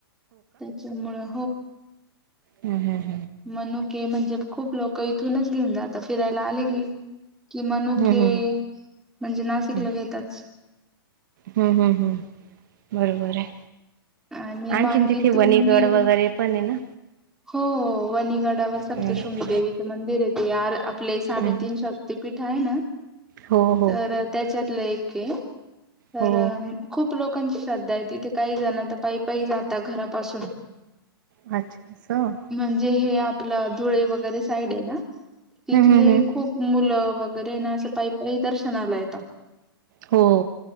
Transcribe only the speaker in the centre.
त्याच्यामुळं
मनु के म्हणजे खूप लोक इथूनच घेऊन जात फिरायला आले की कि मनुके
हे म्हणजे नाशिकला
घेताच
आणि
मांगी
तुंगी
हो वणीगडावर सप्तशृंगी
देवीच मंदिर येत या आपले साडेतीन
शक्ती पीठ ठ आहे ना
तर त्याच्यात एक हे. तर
खूप लोक. लोकांची श्रद्धा आहे, तिथे काही जण तर पायी पायी जातात घरापासून.
म्हणजे हे आप पलं धुळे वगैरे साईड हे ना तिथले
खूप मुलं वगैरे ना असं पायी पायी दर्शनाला येता